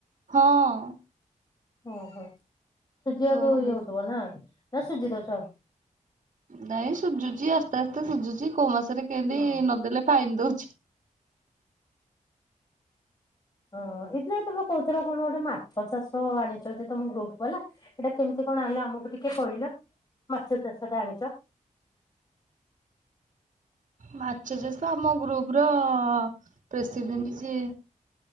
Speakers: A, on the right (about 65°); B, on the left (about 30°).
A: ହଁ
B: ଓହୋ ସୁଜିିବାକୁ
A: ଲୋନ
B: ଇଏ
A: କରୁଛି
B: ହଉଥିବ ନା ନା ସୁଜି ଦଉଛ ଆଉ
A: ନାଇଁ ସୁଝୁଛି ଆସ୍ତେ ଆସ୍ତେ ସୁଝୁଛି କୋଉ ମାସରେ କେମିତି
B: ହଁ
A: ନଦେଲେ ଫାଇନି ଦଉଛି
B: ହଁ ଏଇ ଦିନେ ତମେ କହୁଥିଲ କଣ ଗୋଟେ ମାଛ ଚାଷ ଆଣିଛ ଯେ ତମ ଗ୍ରୁପ ବାଲା ଏଇଟା କେମିତି କଣ ଆଣିଲ ଆମକୁ ଟିକେ କହିଲ ମାଛ ଚାଷ ଟା ଆଣିଛ
A: ମାଛ ଚାଷ ଆମ ଗ୍ରୁପ ର ପ୍ରେସିଡେଣ୍ଟ ଯିଏ